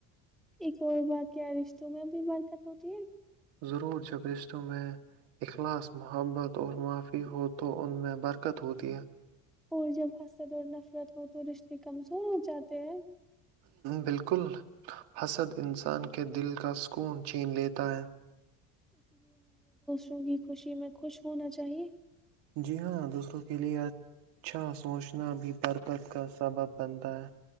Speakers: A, in the centre; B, on the right.
A: ایک اور بات کیا رشتوں میں بھی برکت ہوتی ہے
B: ضرور جب رشتوں میں اخلاص محبت اور معافی ہو تو ان میں برکت ہوتی ہے
A: اور جب حسد اور نفرت ہو تو رشتے کمزور ہو جاتے ہیں
B: بالکل حسد انسان کے دل کا سکون چھین لیتا ہے
A: وں کی خوشی میں خوش ہونا چاہیے
B: جی ہاں دوسروں کے لیئے اچھا سوچنا بھی برکت کا سبب بنتا ہے